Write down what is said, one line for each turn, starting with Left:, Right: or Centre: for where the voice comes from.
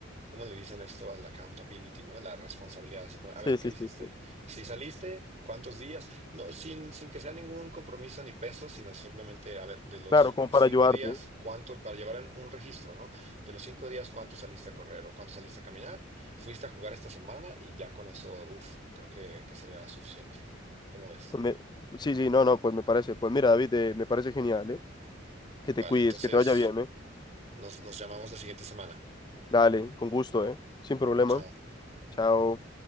Right: ¿cómo le dicen esto? Al accountability, ¿no? La responsabilidad, así como, a
Left: Sí,
Right: ver, ¿qué
Left: sí,
Right: hiciste?
Left: sí, sí.
Right: Si saliste, ¿cuántos días? No, sin, sin que sea ningún compromiso ni peso, sino simplemente, a ver, de los
Left: Claro, como
Right: cinco
Left: para ayudarte.
Right: días,
Left: ¿eh?
Right: ¿cuántos? Para llevar un un registro, ¿no? De los cinco días, ¿cuántos saliste a correr o cuántos saliste a caminar? ¿Fuiste a jugar esta semana? Y ya con eso, uff, creo que, que sería suficiente. ¿Cómo ves?
Left: Pues me- Sí, sí, no, no, pues me parece. Pues mira, David, eh, me parece genial, ¿eh? Que
Right: Vale,
Left: te cuides,
Right: entonces
Left: que te vaya bien, ¿eh?
Right: nos, nos llamamos la siguiente semana.
Left: Dale, con gusto, ¿eh? Sin problema.
Right: Chao.
Left: Chao.